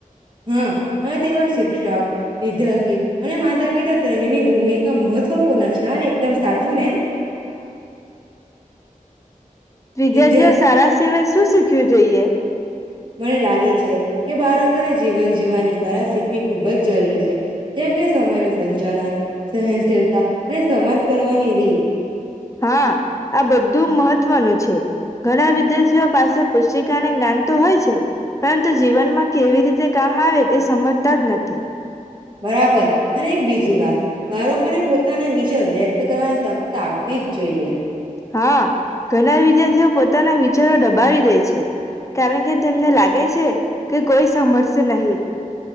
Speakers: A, on the right (about 35°); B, on the left (about 20°).
A: હા ને તેમાં શિક્ષક, વિદ્યાર્થી અને માતા પિતા ત્રણેની ભૂમિકા મહત્વપૂર્ણ છે, એકદમ સાચું ને?
B: વિદ્યાર્ઓ
A: વિદ્યા
B: સારા સિવાય શું શીખ. કુ જઈએ.
A: મને લાગે છે કે બાળકોને જીવન જીવવાની કળા શીખવી ખૂબ જ જરૂરી છે જેમ કે સમયનું સંચાલન સહનશીલતા અને સંવાદ કરવાની રીત
B: હા આ બધું મહત્વનું છે. ઘણા વિદ્યાર્થીઓ પાસે પુસ્તિકાને જ્ઞાન તો હોય છે, પરંતુ જીવનમાં કેવી રીતે કામ આવે તે સમજતાજ નથી.
A: બરાબર અને એક બીજી વાત, બાળકોને પોતાના વિચાર વ્યક્ત કરવાની તકત તો આપતી જ જોઈએ.
B: હા, ઘણા વિદ્યાર્થીઓ પોતાના વિચારો દબાવી દે છે, કારણકે તેમને લાગે છે કે કોઈ સાભળશે નહી.